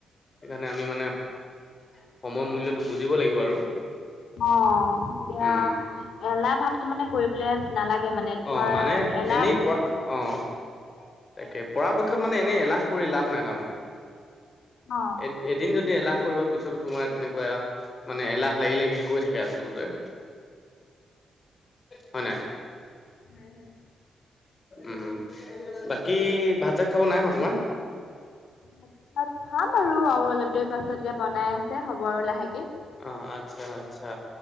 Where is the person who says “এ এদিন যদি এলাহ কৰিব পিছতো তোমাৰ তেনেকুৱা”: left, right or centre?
Left